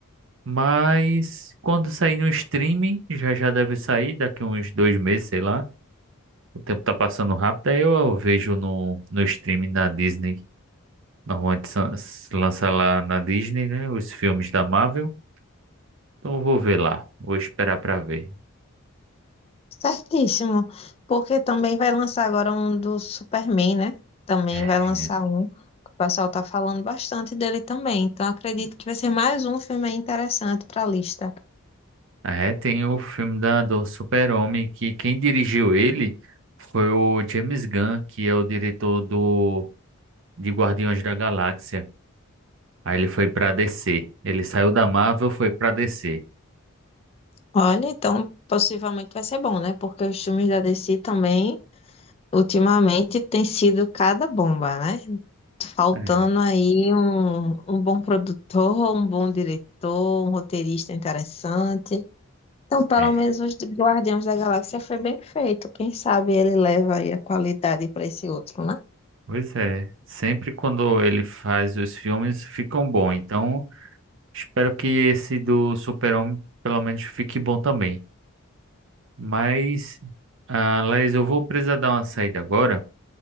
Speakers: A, on the right (about 60°); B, on the left (about 25°).
A: Mas quando sair no streaming, já já deve sair daqui uns dois meses, sei lá. O tempo tá passando rápido, aí eu, eu vejo no, no streaming da Disney. Normalmente sa- se lança lá na Disney, né? Os filmes da Marvel. Então eu vou ver lá. Vou esperar pra ver.
B: Certíssimo. Porque também vai lançar agora um do Superman, né? Também
A: É,
B: vai lançar um. O pessoal tá falando bastante dele também. Então acredito que vai ser mais um filme aí interessante pra lista.
A: é, tem o filme da, do Super-Homem, que quem dirigiu ele foi o James Gunn, que é o diretor do, de Guardiões da Galáxia. Aí ele foi pra DC. Ele saiu da Marvel, foi pra DC.
B: Olha, então possivelmente vai ser bom, né? Porque os filmes da DC também. Ultimamente tem sido cada bomba, né? Faltando
A: É.
B: aí um, um bom produtor, um bom diretor, um roteirista interessante. Então, pelo
A: É.
B: menos os de Guardiões da Galáxia foi bem feito. Quem sabe ele leva aí a qualidade para esse outro, né?
A: Pois é, sempre quando ele faz os filmes ficam bons. Então Espero que esse do Super-Homem pelo menos fique bom também. Mas, ah, Laís, eu vou precisar dar uma saída agora